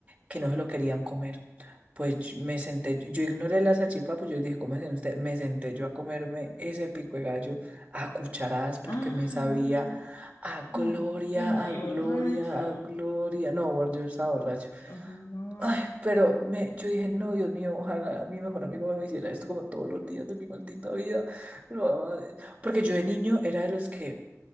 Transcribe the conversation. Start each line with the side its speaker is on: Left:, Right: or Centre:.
Right: que no se lo querían comer. Pues yo me senté, yo ignoré la salchipapa, pues yo dije, ¿cómo hacen ustedes? Me senté yo a comerme ese pico de gallo a cucharadas porque
Left: Ah,
Right: me sabía a gloria,
Left: ay, y no,
Right: a
Left: y
Right: gloria,
Left: borracho.
Right: a gloria. No, bor- yo no estaba borracho.
Left: Ajá,
Right: Ay, pero me, yo dije, no, Dios mío, ojalá mi mejor amigo me hiciera esto como todos los días de mi maldita vida. No, madre. Porque yo de niño era de los que